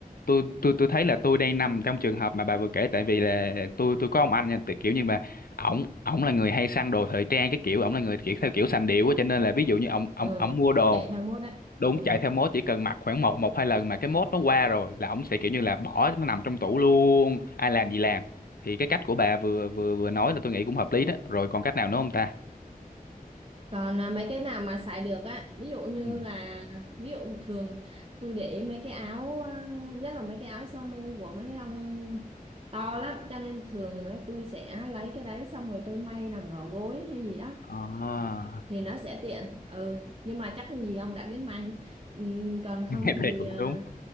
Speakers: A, on the left; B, on the right.
A: tôi tôi tôi thấy là tôi đang nằm trong trường hợp mà bà vừa kể tại vì là tôi tôi có ông anh nha tại kiểu như mà ổng ổng là người hay săn đồ thời trang cái kiểu ổng là người kiểu theo kiểu sành điệu á cho nên là ví dụ như ổng ổng
B: ừ
A: ổng mua đồ
B: chạy theo mốt á
A: đúng
B: ừ.
A: chạy theo mốt chỉ cần mặc khoảng một một hai lần mà cái mốt nó qua rồi là ổng sẽ kiểu như là bỏ nó nằm trong tủ luôn ai làm gì làm thì cái cách của bà vừa vừa vừa nói là tôi nghĩ cũng hợp lý đó rồi còn cách nào nữa không ta
B: còn à, mấy cái nào mà xài được á ví dụ như
A: ừ.
B: là ví dụ thường tôi để ý mấy cái áo à, nhất là mấy cái áo sơ mi của mấy ông to lắm cho nên thường á, tôi sẽ lấy cái đấy xong rồi tôi may làm vỏ gối hay gì đó
A: à
B: thì nó sẽ tiện ừ nhưng mà chắc gì ông đã biết may ừ, còn không
A: <laughs> cái
B: thì
A: này cũng
B: à,
A: đúng